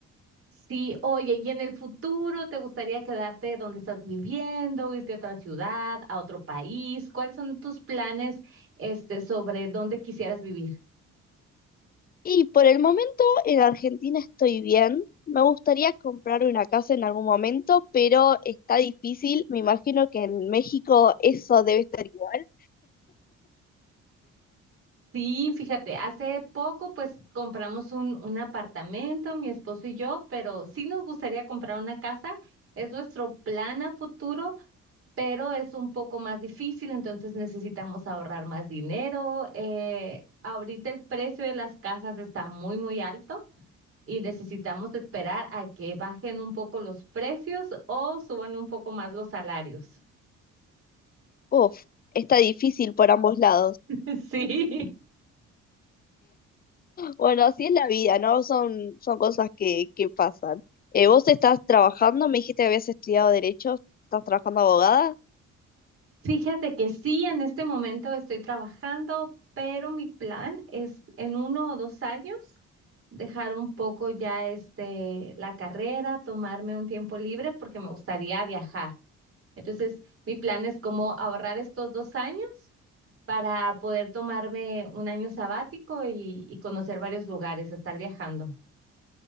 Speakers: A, on the right (about 45°); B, on the left (about 30°).
A: Sí, oye, ¿y en el futuro te gustaría quedarte donde estás viviendo, irte a otra ciudad, a otro país? ¿Cuáles son tus planes, este, sobre dónde quisieras vivir?
B: Y por el momento en Argentina estoy bien. Me gustaría comprar una casa en algún momento, pero está difícil. Me imagino que en México eso debe estar igual.
A: Sí, fíjate, hace poco pues compramos un, un apartamento, mi esposo y yo, pero sí nos gustaría comprar una casa. Es nuestro plan a futuro, pero es un poco más difícil, entonces necesitamos ahorrar más dinero. Eh, ahorita el precio de las casas está muy, muy alto y necesitamos esperar a que bajen un poco los precios o suban un poco más los salarios.
B: Uf, está difícil por ambos lados.
A: <laughs> Sí.
B: Bueno, así es la vida, ¿no? Son, son cosas que, que pasan. Eh, vos estás trabajando, me dijiste que habías estudiado Derecho, estás trabajando abogada.
A: Fíjate que sí, en este momento estoy trabajando, pero mi plan es en uno o dos años dejar un poco ya este la carrera, tomarme un tiempo libre porque me gustaría viajar. Entonces, mi plan es como ahorrar estos dos años para poder tomarme un año sabático y, y conocer varios lugares, estar viajando.